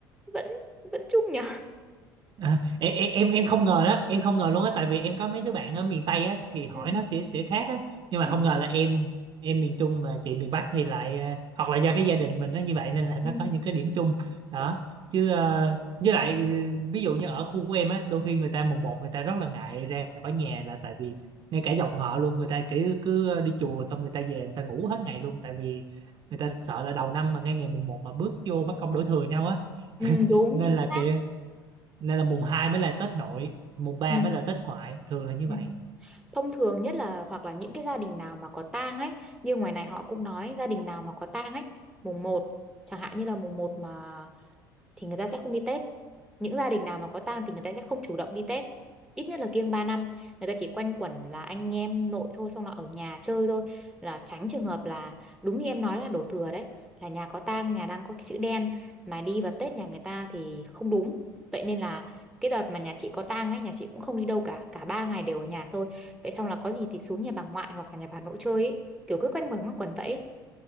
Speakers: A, in the centre; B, on the right.
A: vẫn vẫn chung nhỉ.
B: À, em em em em không ngờ đó em không ngờ luôn á tại vì em có mấy đứa bạn ở miền Tây á thì hỏi
A: Ừ.
B: nó sẽ sẽ khác á nhưng mà
A: Ừ.
B: không ngờ là em em miền Trung và chị miền Bắc thì lại ờ, hoặc là do cái gia đình mình nó như vậy nên là
A: Ừ.
B: nó có những cái điểm chung đó chứ ờ, với lại ừ, ví dụ như ở khu của em á đôi khi người ta mùng một người ta rất là ngại ra khỏi nhà là tại vì ngay cả dòng họ luôn người ta cứ cứ ờ, đi chùa xong người ta về người ta ngủ hết ngày luôn tại vì người ta sợ là đầu năm mà ngay ngày mùng một mà bước vô mất công đổ thừa nhau á
A: Ừ, đúng
B: nên
A: chính
B: là
A: xác.
B: kiểu nên là mùng 2 mới là Tết nội mùng ba
A: Ừ.
B: mới là Tết ngoại thường là như
A: Ừ.
B: vậy
A: Thông thường nhất là hoặc là những cái gia đình nào mà có tang ấy, như ngoài này họ cũng nói gia đình nào mà có tang ấy, mùng một, chẳng hạn như là mùng một mà thì người ta sẽ không đi Tết những gia đình nào mà có tang thì người ta sẽ không chủ động đi Tết ít nhất là kiêng 3 năm người ta chỉ quanh quẩn là anh em nội thôi xong là ở nhà chơi thôi là tránh trường hợp là đúng như em nói là đổ thừa đấy là nhà có tang nhà đang có cái chữ đen mà đi vào Tết nhà người ta thì không đúng vậy nên là cái đợt mà nhà chị có tang ấy nhà chị cũng không đi đâu cả cả ba ngày đều ở nhà thôi vậy xong là có gì thì xuống nhà bà ngoại hoặc là nhà bà nội chơi ấy kiểu cứ quanh quẩn quanh quẩn vậy ấy.